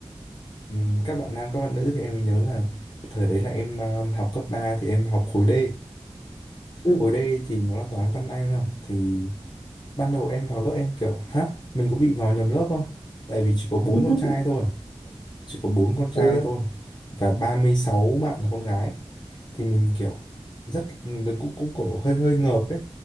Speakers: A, on the left; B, on the left.
A: ừm, các bạn nam các bạn nữ thì em mới nhớ là thời đấy là em ờ, học cấp 3 thì em học khối D
B: ừ
A: hồi đây thì nó là toán văn anh không thì ban đầu em vào lớp em kiểu hả mình có bị vào nhầm lớp không tại vì chỉ có bốn
B: <laughs>
A: con trai thôi chỉ có bốn con trai
B: ừ
A: thôi và 36 bạn là con gái thì mình kiểu rất ừ, cũng cũng cổ hơi hơi ngợp ấy